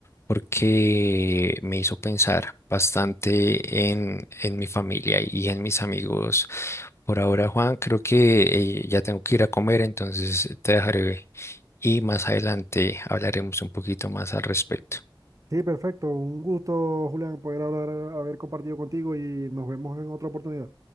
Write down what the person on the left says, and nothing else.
porque me hizo pensar bastante en, en mi familia y en mis amigos. Por ahora, Juan, creo que eh, ya tengo que ir a comer, entonces te dejaré y más adelante hablaremos un poquito más al respecto.